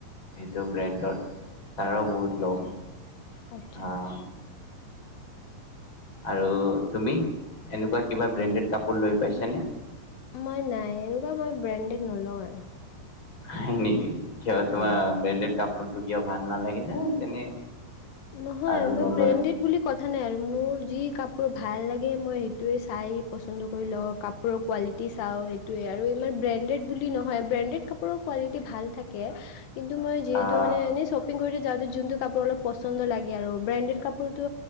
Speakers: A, on the left; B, on the left.
A: সূইটো ব্ৰেণ্ডৰ তাৰো বহুত।
B: সেইটোৱে
A: লওঁ
B: আচ্ছা।
A: অ', আৰু তুমি এনেকুৱা কিবা ব্ৰেণ্ডেড কাপোৰ লৈ পাইছানে?
B: মই নাই এনেকুৱা মই ব্ৰেণ্ডেড নলওঁ আৰু।
A: হয় নেকি কিয় তোমাৰ
B: হয়
A: ব্ৰেণ্ডেড কাপোৰটো কিয় ভাল নালাগে ন তেনে।
B: নহয়
A: আৰু
B: মই
A: নলোৱা
B: ব্ৰেডড বুলি ক কথা নাই আৰু মোৰ যি কাপোৰ ভাল লাগে মই সেইটোৱে চাই পচন্দ কৰি লওঁ কাপ কাপোৰৰ কোৱালিটি চাওঁ এইটোৱে আৰু ইমান ব্ৰেণ্ডেড বুলি নহয় ব্ৰেণ্ডেড কাপোৰৰ কোৱালিটি ভাল থাকে কিন্তু মই যিহেতু
A: আহ
B: মানে এনে শ্বপিং কৰি যাওঁ যোনটো কাপোৰ অলপ পচন্দ লাগে আৰু ব্ৰেণ্ডেড কাপোৰতো